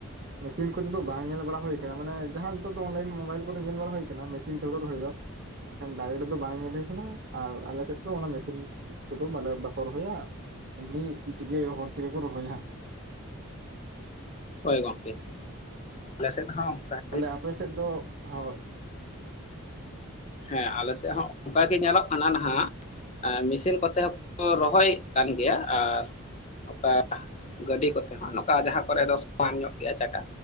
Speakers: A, on the right; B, on the left.
A: ᱢᱮᱥᱤᱱ ᱠᱚᱛᱮ ᱫᱚ ᱵᱟᱝ ᱧᱮᱞ ᱵᱟᱲᱟ ᱦᱩᱭ ᱠᱟᱱᱟ ᱢᱟᱱᱮ ᱡᱟᱦᱟᱸ ᱱᱤᱛᱚᱜ ᱫᱚ ᱚᱱᱞᱟᱭᱤᱱ ᱢᱳᱵᱟᱭᱤᱞ ᱠᱚᱨᱮ ᱧᱮᱞ ᱵᱟᱲᱟ ᱦᱩᱭ ᱠᱟᱱᱟ ᱢᱮᱥᱤᱱ ᱛᱮ ᱦᱩᱲᱩ ᱨᱚᱦᱚᱭ ᱫᱚ ᱾ ᱢᱮᱱᱠᱷᱟᱱ ᱰᱟᱭᱨᱮᱴ ᱫᱚ ᱵᱟᱝ ᱧᱮᱞ ᱦᱩᱭ ᱠᱟᱱᱟ ᱟᱨ ᱟᱞᱮ ᱥᱮᱫ ᱫᱚ ᱚᱱᱟ ᱢᱮᱥᱤ <unintelligible> ᱠᱚᱫᱚ ᱵᱟᱞᱮ ᱵᱟᱠᱚ ᱨᱚᱦᱚᱭᱟ ᱮᱢᱱᱤ ᱛᱤ ᱛᱮᱜᱮ ᱦᱚᱲ ᱛᱮᱜᱮ ᱠᱚ ᱨᱚᱦᱚᱭᱟ ᱦᱟᱜ᱾
B: ᱦᱳᱭ ᱜᱚᱢᱠᱮ ᱟᱞᱮᱥᱮᱫ ᱦᱚᱸ ᱚᱱᱠᱟ ᱾
A: ᱛᱟᱦᱞᱮ ᱟᱯᱮ ᱥᱮᱫ ᱫᱚ? ᱦᱳᱭ᱾
B: ᱦᱮᱸ ᱟᱞᱮᱥᱮᱫ ᱦᱚᱸ ᱚᱱᱠᱟ
A: ᱦᱳᱭ
B: ᱜᱮ ᱧᱮᱞᱚᱜ ᱠᱟᱱᱟ ᱱᱟᱦᱟᱜ ᱾ ᱮ ᱢᱮᱥᱤᱱ ᱠᱚᱛᱮ ᱦᱚᱸᱠᱚ ᱨᱚᱦᱚᱭᱮᱫ ᱠᱟᱱ ᱜᱮᱭᱟ ᱟᱨ ᱱᱚᱝᱠᱟ ᱜᱟᱹᱰᱤ ᱠᱚᱛᱮ ᱦᱚᱸ ᱱᱚᱝᱠᱟ ᱡᱟᱦᱟᱸ ᱠᱚᱨᱮ ᱫᱚ ᱥᱚᱢᱟᱱ ᱧᱚᱜ ᱜᱮᱭᱟ ᱪᱟᱠᱟ᱾